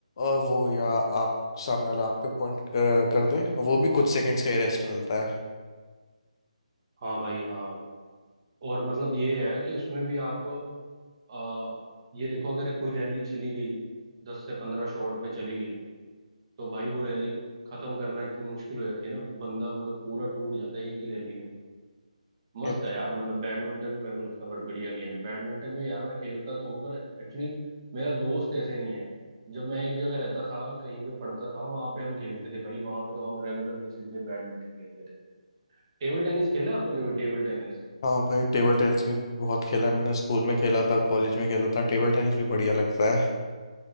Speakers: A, on the left; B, on the right.
A: और वो या आप सामने वाला आप पे पॉइंट कर दे और वो भी कुछ सेकंड्स का ही रेस्ट मिलता है
B: हाँ भाई हाँ और मतलब ये है कि उसमें भी आप आ, ये देखो अगर कोई रैली चली गई दस से पंद्रह शॉट पे चली गई तो भाई वो रैली खत्म करना इतनी मुश्किल हो जाती है ना बंदा मतलब पूरा टूट जाता है एक ही रैली में मस्त
A: ये-
B: है यार मतलब बैडमिंटन भी मेरे को लगता है बड़ा बढ़िया गेम है बैडमिंटन भी यार मैं खेलता तो हूँ पर एक्चुअली मेरा दोस्त ऐसे नहीं है जब मैं एक जगह रहता था कहीं पे पढ़ता था वहां पे हम खेलते थे भाई वहां पे तो हम रेगुलर बेसिस पे बैडमिंटन खेलते थे टेबल टेनिस खेला आपने कभी टेबल टेनिस
A: हाँ भाई टेबल टेनिस भी बहुत खेला है मैंने स्कूल में खेला था कॉलेज में खेला था टेबल टेनिस भी बढ़िया लगता है